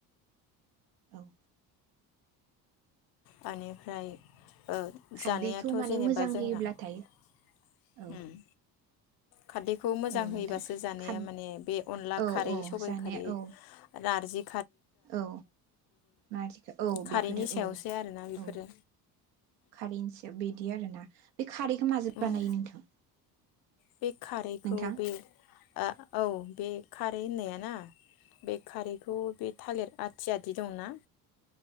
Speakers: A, on the right; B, on the left.
A: औ
B: बेनिफ्राय ओ
A: खारदैखौ
B: जानायाथ
A: माने
B: जेनेबा
A: मोजां
B: जोंना
A: होयोब्लाथाय
B: उम
A: औ
B: खारदैखौ मोजां
A: औ
B: होयोबासो
A: नोंथां
B: जानाया
A: खार
B: माने बे अनला
A: औ
B: खारै
A: औ
B: सबाइ
A: जानाया
B: खारै
A: औ
B: नार्जि
A: औ नाजिखौ औ
B: खारैनि
A: बेफोरो
B: सायावसो
A: औ
B: आरोना बेफोरो
A: औ खारैसे बिदि आरोना बे खारैखौ माजों
B: उम
A: बानायो नोंथां?
B: बे खारैखौ
A: नोंथां
B: बे ओ औ बे खारै होननाया ना बे खारैखौ बे थालिर आथिया बिदि दंना